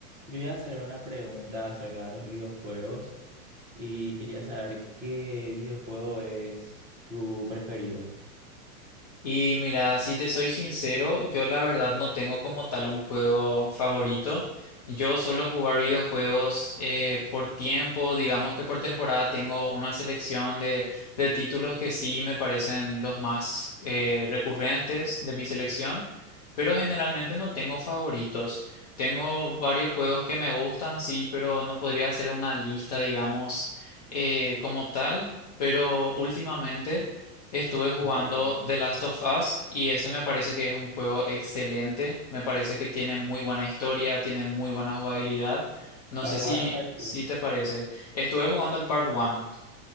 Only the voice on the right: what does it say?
Quería hacer una pregunta acerca de los videojuegos y quería saber qué videojuego es tu preferido.
Un par un-
Part
one o part
two?